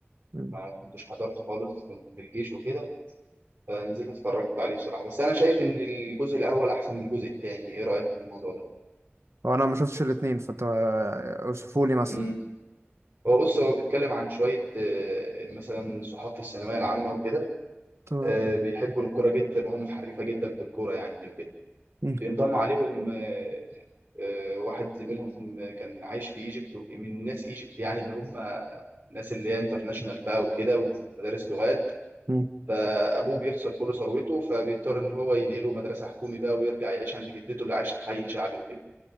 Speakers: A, on the right; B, on the right.
A: مم.
B: ما كنتش حضرته خالص كنت في الجيش وكده فنزلت اتفرجت عليه بصراحه بس انا شايف ان الجزء الاول احسن من الجزء التاني ايه رايك في الموضوع ده
A: هو أنا ما شفتش الاتنين فت أوصفوا لي مثلا
B: امم هو بص هو بيتكلم عن شويه آه، مثلا صحاب في الثانويه العامه وكده
A: تمام
B: آه، بيحبوا الكوره جدا وهم حريفه جدا في الكوره يعني وكده
A: مم.
B: بينضم عليهم آه، آه، واحد زميلهم كان عايش في ايجيبت من ناس ايجيبت يعني اللي هم الناس اللي هي انترناشونال بقى وكده ومدارس لغات
A: مم.
B: فابوه بيخسر كل ثروته فبيضطر ان هو ينقله مدرسه حكومي بقى ويرجع يعيش عند جدته اللي عايشه في حي شعبي وكده